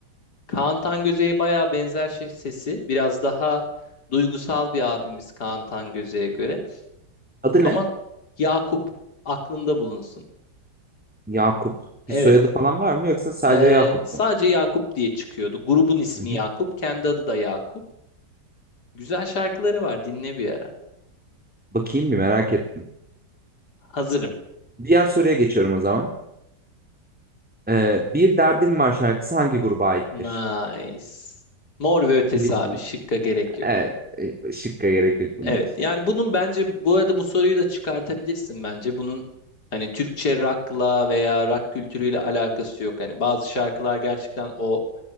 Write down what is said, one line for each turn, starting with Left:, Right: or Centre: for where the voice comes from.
Left: Kaan Tangöze'ye bayağı benzer şey, sesi. Biraz daha duygusal bir abimiz Kaan Tangöze'ye göre.
Centre: Adı
Left: Ama
Centre: ne?
Left: Yakup aklında bulunsun.
Centre: Yakup.
Left: Evet.
Centre: Bir soyadı falan var mı yoksa sadece
Left: Ee,
Centre: Yakup
Left: sadece
Centre: mu?
Left: Yakup diye çıkıyordu. Grubun ismi
Centre: Hı hı.
Left: Yakup. Kendi adı da Yakup. Güzel şarkıları var. Dinle bir ara.
Centre: Bakayım bir merak ettim.
Left: Hazırım.
Centre: Diğer soruya geçiyorum o zaman. Ee, Bir Derdim Var şarkısı hangi gruba aittir?
Left: Nice. Mor ve Ötesi
Centre: Gripin.
Left: abi. Şıkka gerek yok.
Centre: Evet. e, Şıkka gerek yok bunun
Left: Evet.
Centre: için.
Left: Yani bunun bence bu arada bu soruyu da çıkartabilirsin bence. Bunun hani Türkçe rock'la veya rock kültürüyle alakası yok. Hani bazı şarkılar gerçekten o